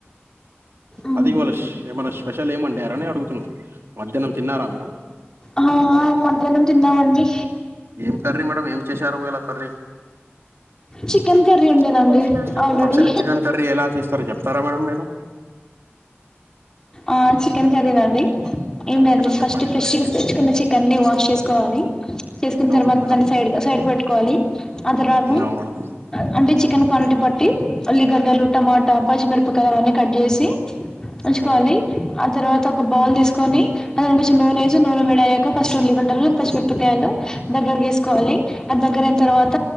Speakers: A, on the left (about 15°); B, on the right (about 70°).
A: మ్మ్
B: అదేవాలష్ ఏమైనా స్పెషల్ ఏమండి ఎరనే అడుగుతున్నా మధ్యాహ్నం తిన్నారా మీరు
A: ఆ మధ్యాహ్నం తిన్నామండి
B: ఏం కర్రీ మేడం ఏం చేశారు ఇలా కర్రీ
A: చికెన్ కర్రీ
B: క
A: ఉండేనండి ఆల్రెడీ
B: ఒకసారి చికెన్ కర్రీ ఎలా చేస్తారు చెప్పడి సారా మేడం మీరు
A: ఆ చికెన్ కరీ నాండి ఏంటండి
B: ఆ
A: ఫస్ట్
B: చెప్పండి
A: ఫ్రెష్
B: మేడం
A: తెచ్చుకున్న చికెన్ ని వాష్ చేసుకోవాలి చేసుకున్న
B: అవును
A: తర్వాత
B: మేడం
A: దాన్ని సైడ్ కు సైడ్ పెట్టుకోవాలి ఆ తరువాత
B: హ్మ్. అవును మేడం
A: అంటే చికెన్ క్వాంటిటీ పట్టి ఉల్లిగడ్డలు టమాటా పచ్చిమిరు ఉ కారాన్ని కట్ చేసి ఉంచుకోవాలి
B: మ్మ్
A: ఆ తర్వాత ఒక బౌల్ తీసుకొని అందులో మిషు నూనె వేసి నూనె వేడి అయ్యాక ఫస్ట్ ఉల్లిగడ్డల్ పచ్చిమిరపకాయలు దగ్గరకు వేసుకోవాలి అది దగ్గర అయిన తర్వాత